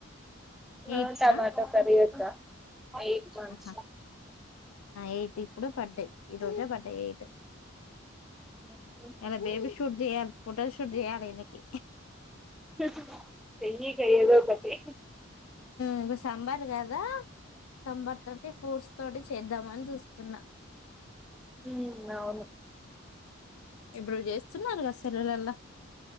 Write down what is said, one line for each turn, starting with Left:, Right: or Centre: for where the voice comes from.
Centre: హ
Left: ఎయిట్
Centre: టమాట కర్రీ అక్క ఎయిట్ మంత్స్
Left: ఆహ ఎయిట్ ఇప్పుడు బడ్డే ఈ రోజే పడ్డ ఎయిట్
Centre: అ
Left: ఇలా బేబీ షూట్ చేయాలి ఫోటోషూట్ చేయాలి ఈయనకి
Centre: ఆహ్ ఆహ్ చెయి ఇగ ఏదో ఒకటి
Left: ఇప్పుడు సాంబార్ కదా సాంబార్ తోటి ఫ్రూట్స్ తోటి చేద్దామని చూస్ వస్తున్నా
Centre: హ అవును
Left: ఎప్పుడు చేస్తున్నారు కదా సెల్లవులలా